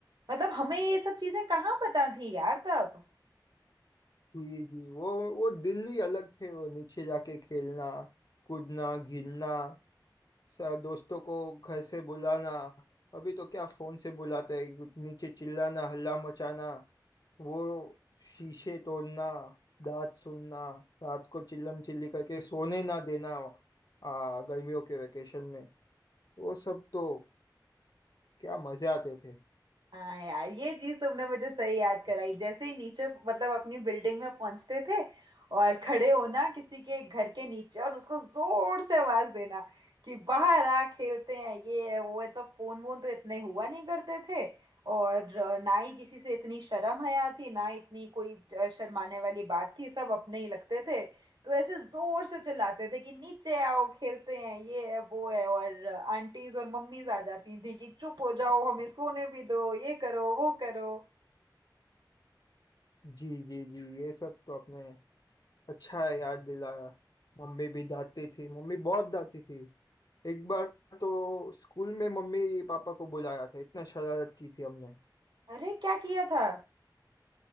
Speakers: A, on the right; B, on the left.
A: मतलब हमें ये सब चीजें कहाँ पता थी यार तब
B: जी जी वो वो दिन ही अलग थे वो नीचे जाके खेलना कूदना गिरना सर दोस्तों को घर से बुलाना अभी तो क्या फोन से बुलाते हैं नीचे चिल्लाना हल्ला मचाना वो शीशे तोड़ना दांत सुनना रात को चिल्लम चिल्ली करके सोने ना देना आ, गर्मियों के वेकेशन में वो सब तो क्या मजे आते थे
A: हाँ यार ये चीज तुमने मुझे सही याद कराई जैसे ही नीचे मतलब अपनी बिल्डिंग में पहुंचते थे और खड़े होना किसी के घर के नीचे और उसको जोर से आवाज देना कि बाहर आ खेलते हैं ये है वो है तो फोन वोन तो इतने हुआ नहीं करते थे और अ, ना ही किसी से इतनी शर्म हया थी ना इतनी कोई अ, शर्माने वाली बात थी सब अपने ही लगते थे तो ऐसे जोर से चिल्लाते थे कि नीचे आओ खेलते हैं ये है वो है और आंटीज और मम्मीज आ जाती थी कि चुप हो जाओ हमें सोने भी दो ये करो वो करो
B: जी जी जी ये सब तो आपने अच्छा है याद दिलाया मम्मी भी डांटती थी मम्मी बहुत डांटती थी एक बार तो स्कूल में मम्मी पापा को बुलाया था इतना शरारत की थी हमने
A: अरे क्या किया था